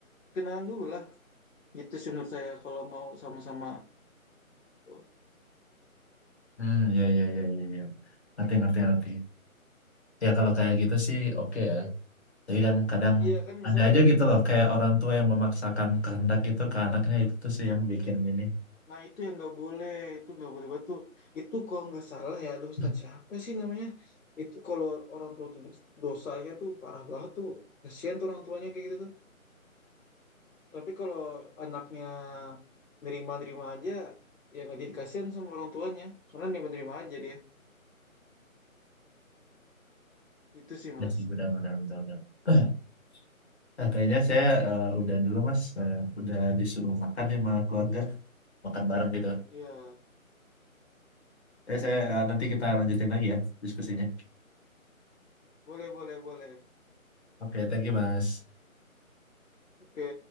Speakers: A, on the left; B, on the left.
A: kenalan dulu lah gitu sih menurut saya kalau mau sama-sama Oh,
B: Hmm, ya, ya, ya, ya, ya. Ngerti, ngerti, ngerti. Ya, kalau kayak gitu sih oke ya. Tapi kan kadang
A: iya kan mas
B: ada
A: saya
B: aja gitu loh. Kayak orang tua yang memaksakan kehendak gitu ke anaknya. Itu tuh sih yang bikin ini.
A: nah itu yang nggak boleh itu nggak boleh batu itu kalau nggak salah ya aduh Ustadz
B: Hmm.
A: siapa sih namanya itu kalau orang tua kayak gitu dosanya tuh parah banget tuh kasihan tuh orang tuanya kayak gitu tuh tapi kalau anaknya nerima-nerima aja ya nggak jadi kasihan sama orang tuanya karena nerima-nerima aja dia gitu sih
B: Ya
A: mas
B: sih, benar, benar, benar, benar. <clears throat> Nah, kayaknya saya eh, udah dulu Mas, Eh, udah disuruh makan nih sama keluarga, makan bareng gitu.
A: Iya,
B: Ya saya eh, nanti kita lanjutin lagi ya diskusinya.
A: boleh, boleh, boleh.
B: Oke, thank you Mas.
A: Oke,